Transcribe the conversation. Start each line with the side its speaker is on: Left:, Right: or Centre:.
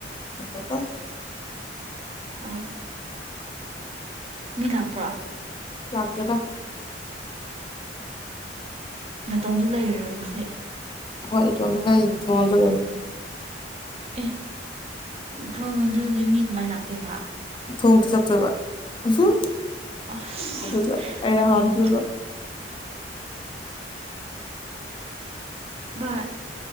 Left: ꯍꯀꯣ ꯀꯣ
Right: ꯍ ꯃꯤ ꯂꯥꯛꯄ꯭ꯔꯣ
Left: ꯌꯥꯀꯦꯗ
Right: ꯅꯇꯣꯝꯗ ꯂꯩꯔꯔꯁꯤ
Left: ꯍꯣꯏ ꯇ ꯊ ꯃꯗ
Right: ꯑꯦ ꯊꯣꯡ ꯃꯗꯨꯗꯤ ꯃꯤ ꯀꯃꯥꯏꯅ ꯂꯥꯛꯇꯣꯏꯕ
Left: ꯊꯣꯡ ꯊꯂꯛꯄꯣꯏꯕ ꯎ
Right: ꯑꯁ
Left: ꯑꯗꯨꯒ ꯑꯩꯅ
Right: ꯅꯪꯒꯤꯁꯤꯗꯤ
Left: ꯍꯥꯝꯈꯤꯕ
Right: ꯚꯔ